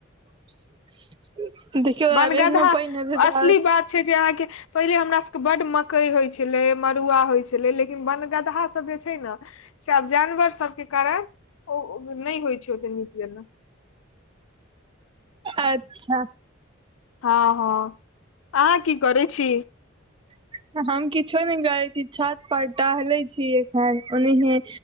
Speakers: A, on the right (about 25°); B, on the left (about 85°).
A: <inaudible> देखियौ
B: वनगदहा
A: आब एहनो पानि हेतै तऽ
B: असली
A: आओर
B: बात छै जे अहाँके पहिले हमरा सबके बड्ड मकई होइ छलै मड़ुआ होइ छलै लेकिन वनगदहा सब जे छै न से जानवर सबके कारण ओ नै होइ छै ओते नीक जेकां
A: अच्छा
B: हँ हँ आहां कि करै छी
A: <inaudible> हम किछो नै करै छी छत पर टहलै छी एखन ओनाहीये